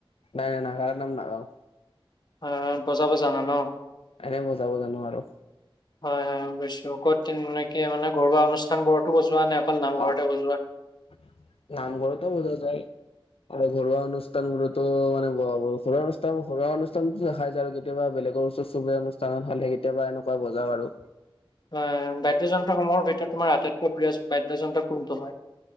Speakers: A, on the left (about 85°); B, on the left (about 50°).
A: নাই নাই নাগাৰা নাম নাগাওঁ।
B: এ বজাব জানা ন?
A: এনে বজাব জানো আৰু।
B: হয়, হয় বুজছো ক'ত একে মানে ঘৰুৱা অনুষ্ঠান বোৰতো বজোৱা নে? অকল নামঘৰতে
A: অ',
B: বজোৱা
A: নামঘৰটো বজোৱা যায়। আৰু ঘৰুৱা অনুষ্ঠানবোৰতো মানে ঘৰুৱা অনুষ্ঠান ঘৰুৱা অনুষ্ঠানো দেখাই যায় আৰু কেতিয়াবা বেলেগ ওচৰ চুবুৰীয়া অনুষ্ঠানত খালি কেতিয়াবা এনেকুৱা বজাও আৰু।
B: এ বাদ্যযন্ত্ৰসমূহৰ ভিতৰত তোমাৰ আটাইতকৈ প্ৰিয় বাদ্যযন্ত্ৰ কোনটো হয়?